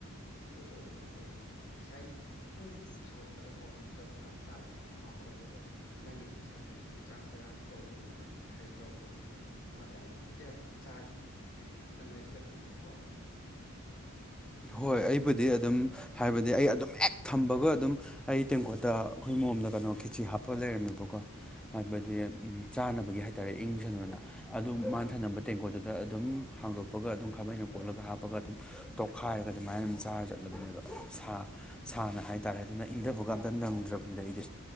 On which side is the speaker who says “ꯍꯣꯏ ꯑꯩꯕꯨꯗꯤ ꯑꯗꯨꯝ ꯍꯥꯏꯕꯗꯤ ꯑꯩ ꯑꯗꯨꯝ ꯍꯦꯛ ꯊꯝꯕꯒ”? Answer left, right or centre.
Centre